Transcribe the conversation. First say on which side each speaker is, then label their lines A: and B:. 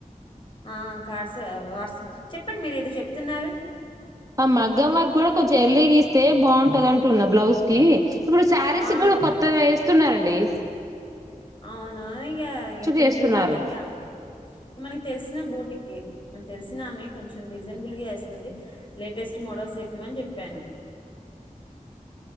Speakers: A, on the left; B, on the right.
A: ఆ కార్డ్స్ వాట్సప్ చెప్పండి మీరు ఏది చె చెప్తున్నారు
B: ఆ మగ్గం వకు కూడా కొంచెం ఎల్లీ గస్తే బాగుంటది అంటున్న బ్లౌజ్ కి ఇప్పుడు శారీస్
A: ఆ
B: కూడా
A: ఇప్
B: కొత్తగా వేస్తున్నారండి ప్లేస్
A: అవునవును ఇక ఇక ట్రెండ్ని
B: వేస్తున్నారు
A: బట్టి ఇక మనకి తెలిసిన బోటికి మన తెలిసిన ఆమె కొంచెం రీజనబుల్గా వస్తుంది లేటెస్ట్ మోడల్స్ చెప్పిమని చెప్పాను